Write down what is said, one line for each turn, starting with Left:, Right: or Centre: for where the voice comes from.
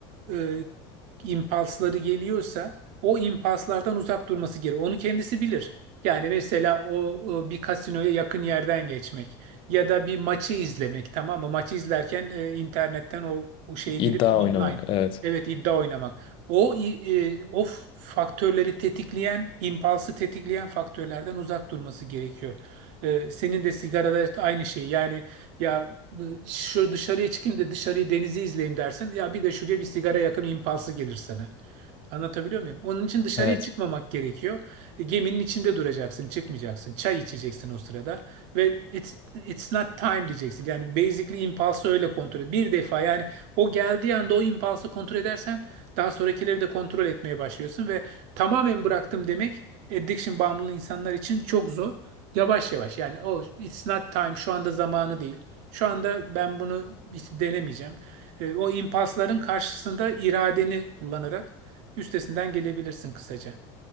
Right: e, impulsları geliyorsa o impulslardan uzak durması gerekir. Onu kendisi bilir. Yani mesela o e, bir kasinoya yakın yerden geçmek ya da bir maçı izlemek tamam mı? Maçı izlerken e, internetten o, o şeye girip
Left: İddia
Right: online
Left: oynamak. Evet.
Right: evet iddia oynamak. O e, o faktörleri tetikleyen, impulsu tetikleyen faktörlerden uzak durması gerekiyor. E, senin de sigarada aynı şey. Yani ya şu dışarıya çıkayım da dışarıyı denizi izleyeyim dersin. Ya bir de şuraya bir sigara yakın impulsu gelir sana. Anlatabiliyor muyum? Onun için dışarıya
Left: Evet.
Right: çıkmamak gerekiyor. E, Geminin içinde duracaksın, çıkmayacaksın. Çay içeceksin o sırada ve it's, it's not time diyeceksin. Yani basically impulsu öyle kontrol et. Bir defa yani o geldiği anda o impulsu kontrol edersen daha sonrakileri de kontrol etmeye başlıyorsun ve tamamen bıraktım demek addiction bağımlı insanlar için çok zor. Yavaş yavaş yani o it's not time şu anda zamanı değil. Şu anda ben bunu hiç denemeyeceğim. E, o impasların karşısında iradeni kullanarak üstesinden gelebilirsin kısaca.